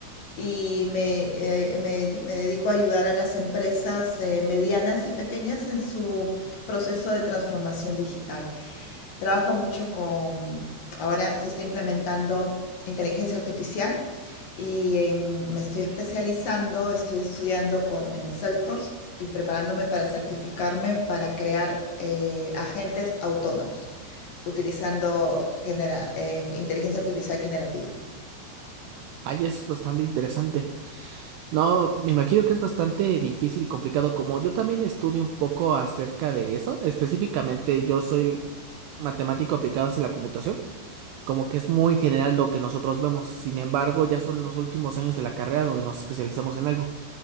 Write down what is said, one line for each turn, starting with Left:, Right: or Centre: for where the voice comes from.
Left: y me, eh, me, me, dedico a ayudar a las empresas eh, medianas y pequeñas en su proceso de transformación digital. Trabajo mucho con, ahora se está implementando inteligencia artificial y en- me estoy especializando, estoy estudiando con, en Salesforce y preparándome para certificarme para crear eh, agentes autónomos utilizando genera- eh, inteligencia artificial generativa.
Right: Ay, eso es bastante interesante. No, me imagino que es bastante difícil y complicado, como yo también estudio un poco acerca de eso. Específicamente, yo soy matemático aplicado hacia la computación, como que es muy general lo que nosotros vemos. Sin embargo, ya son los últimos años de la carrera donde nos especializamos en algo.